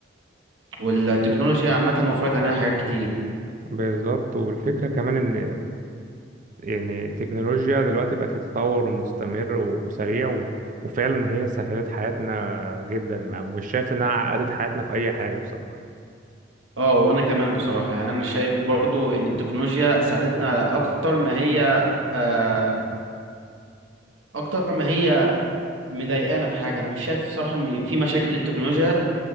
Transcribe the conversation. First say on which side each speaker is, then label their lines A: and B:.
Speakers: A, on the right; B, on the right.
A: والتكنولوجيا عامة وفرت علينا حاجات كتير
B: بالظبط والفكرة كمان يعني التكنولوجيا دلوقتي بقت في تطور مستمر و- وسريع و... وفعلا هي سهلت حياتنا جدا ما مش شايف انها عقدت حياتنا في اي حاجة بصراحة
A: اه وانا كمان بصراحة يعني انا شايف برضو ان التكنولوجيا ساعدتنا اكتر ما هي آه، اكتر ما هي مضايقانا في حاجه انا مش شايف صراحه ان في مشاكل للتكنولوجيا